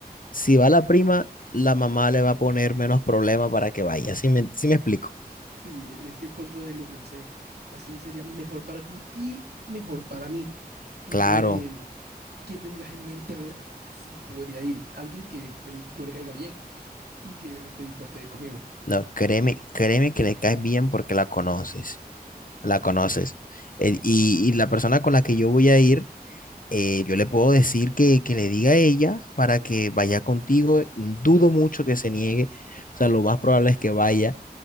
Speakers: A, on the left; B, on the right.
A: si va la prima, la mamá le va a poner menos problema para que vaya. ¿Sí me, sí me explico?
B: Sí, es que por eso también lo pensé. Así sería mejor para ti y mejor para mí. No
A: Claro,
B: sé quién tendrías en mente a ver si podría ir. Alguien que el- yo le caiga bien y que esté dispuesta a ir conmigo.
A: no, créeme, créeme que le caes bien porque la conoces, la conoces. Eh, y, y la persona con la que yo voy a ir eh, yo le puedo decir que, que le diga a ella para que vaya contigo. Dudo mucho que se niegue. O sea, lo más probable es que vaya.